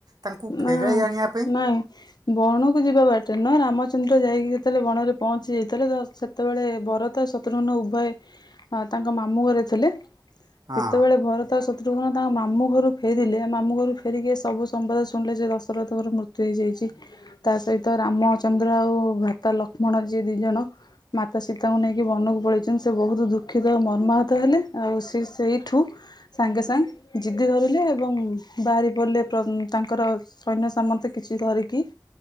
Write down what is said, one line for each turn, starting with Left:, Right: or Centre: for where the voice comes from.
Right: ତାଙ୍କୁ
Left: ନା
Right: ଫେରାଇ ଆଣିବା ପାଇଁ।
Left: <unintelligible> ବଣକୁ ଯିବା ବାଟରେ ନୁହଁ, ରାମଚନ୍ଦ୍ର ଯାଇକି ଯେତେବେଳେ ବଣରେ ପହଞ୍ଚି ଯାଇଥିଲେ ତ ସେତେବେଳେ ବରତ ଶତ୍ରୁଘ୍ନ ଉଭୟ ତାଙ୍କ ମାମୁଁ ଘରେ ଥିଲେ।
Right: ହଁ
Left: ଯେତେବେଳେ ଭରତ ଶତ୍ରୁଘ୍ନ ତାଙ୍କ ମାମୁ ଘରୁ ଫେରିଲେ, ମାମୁ ଘରୁ ଫେରିକି ସବୁ ସମ୍ବବାଦ ଶୁଣିଲେ ଯେ ଦଶରଥଙ୍କର ମୃତ୍ୟୁ ହେଇଯାଇଛି। ତା ସହିତ ରାମଚନ୍ଦ୍ର ଆଉ ଭାତା ଲକ୍ଷ୍ମଣ ଯିଏ ଦି ଜଣ ମାତା ସୀତାଙ୍କୁ ନେଇକି ବନକୁ ପଳେଇଛନ୍ତି। ସେ ବହୁତ ଦୁଃଖିତ ଆଉ ମର୍ମାହତ ହେଲେ, ଆଉ ସେ ସେଇଠୁ ସାଙ୍ଗେ ସାନ୍ଗ ଜିଦି ଧରିଲେ ଏବଂ ବାହାରି ପଡ଼ିଲେ ପ୍ର ତାଙ୍କର ସୈନ୍ୟ ସାମନ୍ତ କିଛି ଧରିକି।